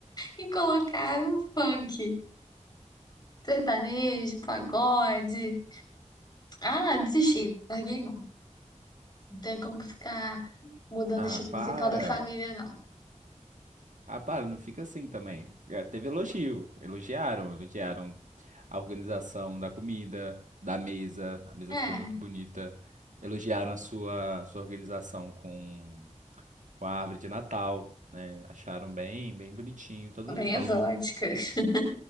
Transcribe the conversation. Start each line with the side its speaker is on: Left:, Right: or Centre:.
Left: e colocaram funk, sertanejo, pagode. Ah, desisti, larguei mão. Não tem como ficar mudando
Right: <laughs> ah,
Left: o estilo musical
Right: para.
Left: da família, não.
Right: Ah, para, não fica assim também. É, teve elogio. Elogiaram, elogiaram a organização da comida, da mesa. A mesa
Left: É,
Right: ficou muito bonita. Elogiaram a sua, sua organização com, com a árvore de Natal, né? Acharam bem, bem bonitinho. Todo
Left: bem
Right: mundo falou.
Left: exótica. <laughs>